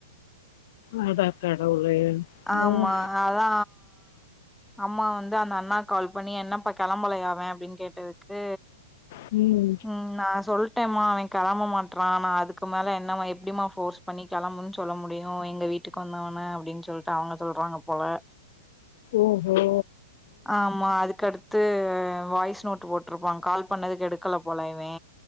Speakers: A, on the left (about 55°); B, in the centre.
A: அட கடவுளே
B: ஆமா
A: ம்
B: அதா அம்மா வந்து அந்த அண்ணா கால் பண்ணி என்னப்ப கிளம்பலயா அவ அப்டின்னு கேட்டதுக்கு
A: ம்
B: ம் நா சொல்ட்டேமா அவ கிளம்ப மாட்றா நா அதுக்கு மேல என்னமா எப்டிமா போர்ஸ் பண்ணி கிளம்புன்னு சொல்ல முடியு எங்க வீட்டுக்கு வந்தவன அப்டின்னு சொல்ட்டு அவங்க சொல்றாங்க போல
A: ஓகே
B: ஆமா அதுக்கடுத்து வாய்ஸ் நோட் போட்டிருப்பாங் கால் பண்ணதுக்கு எடுக்கல போல இவே